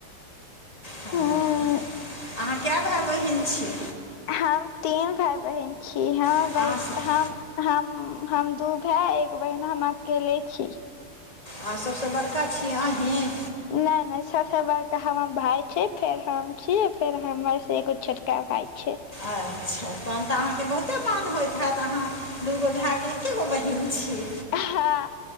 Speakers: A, on the left; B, on the left.
A: हां,
B: हूँ
A: अहाँ कै भैय बहिन छी।
B: हम तीन भाय बहिन छी, हॅं
A: अहाँ
B: बड़
A: स-
B: हम हम - हम दू भै एक बहिन हम अकेले छी।
A: आ सबस बड़का छी अही?
B: नैय नैय सबसे बरका हमर भाय छै फेर हम छीय फेर हमर से एगो छोट का भाई छैय।
A: अच्छा तहन तऽ अहाँके बहुते मान होएत हेत अहाँ‌। दूगो भैऽ के एके गो बहीन छी।
B: हँ